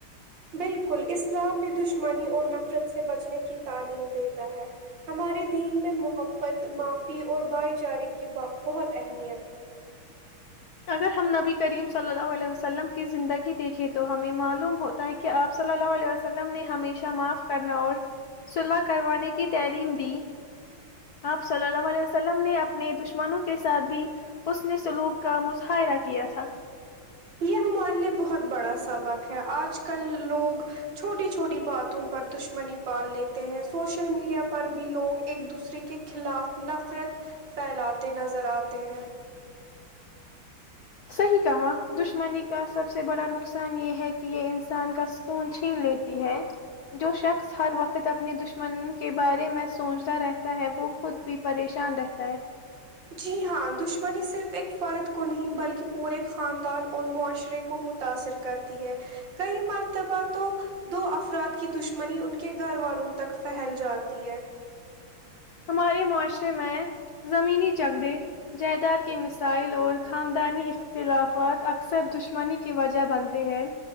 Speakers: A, on the right; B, on the left.
A: بالکل اسلام بھی دشمنی اور نفرت سے بچنے کی تعلیم دیتا ہے ہمارے دین میں محبت معافی اور بھائی چارے کی بہت اہمیت ہے
B: اگر ہم نبی کریم صلی اللہ علیہ وسلم کی زندگی دیکھیں تو ہمیں معلوم ہوتا ہے کہ آپ صلی اللہ علیہ وسلم نے ہمیشہ معاف کرنا اور صلاح کروانے کی تعلیم دی آپ صلی اللہ علیہ وسلم نے اپنے دشمنوں کے ساتھ بھی حسن سلوک کا مظاہرہ کیا تھا
A: یہ ہمارے لیے بہت بڑا سبق ہے آج کل لوگ چھوٹی چھوٹی باتوں پر دشمنی پال لیتے ہیں سوشل میڈیا پر بھی لوگ ایک دوسرے کے خلاف نفرت پھیلاتے نظر آتے ہیں
B: صحیح کہا دشمنی کا سب سے بڑا نقص نقصان یہ ہے کہ یہ انسان کا سکون ہے لیتی ہے جو شخص ہر وقت اپنی دش من کے بارے میں سوچتا رہتا ہے وہ خود بھی پریشان رہتا ہے
A: جی ہاں دشمنی صرف ایک فرد کو نہیں بلکہ پورے خاندان اور معاشرے کو متاثر کرتی ہے کئی مرتبہ تو دو افراد کی دشمنی ان کے گھر والوں تک پھیل جاتی ہے
B: ہمارے معاشرے میں زمینی جھگڑے جائیداد کے مسائل اور خاندانی اختلافات اکثر دشمنی کی وجہ بنتے ہیں